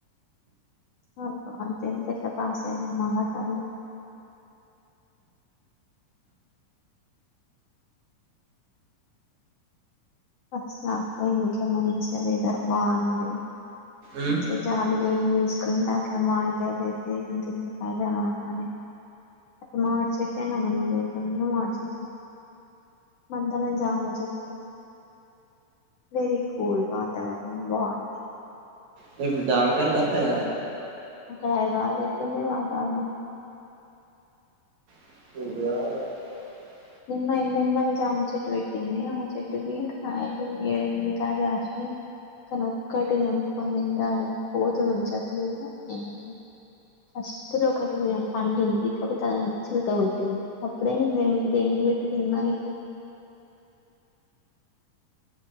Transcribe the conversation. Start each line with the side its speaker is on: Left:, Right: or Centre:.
Left: పాపం టెన్త్ ఎట్లా పాస్ అయిందో మహాతల్లీ, ఫస్ట్ టైం ఇట్లా వెదర్ టైం మంచిగా వెదర్ బాగుంది
Right: ఉమ్
Left: <unintelligible> జా <unintelligible>
Right: మీకు దామకాయలు కత్తయ.
Left: అక్కడ హైదరాబాద్ లో ఎట్లుంది వాతావరణం.
Right: <unintelligible>
Left: నిన్న ఎండెం జామ చెట్టు పెట్టింది ఆ చెట్టుకి కాయలు ఏడ ఎనిమిది కాయలు కాసినయ్ కానీ ఒక్కటి తేపుకొని తింటే అడుగు కోతులు ఉంచట్లేదు అండ్ ఫస్ట్లో ఒకటి పో పండింది కపోతే అదంతా చిలక కొట్టింది అప్పుడే నేను. <unintelligible>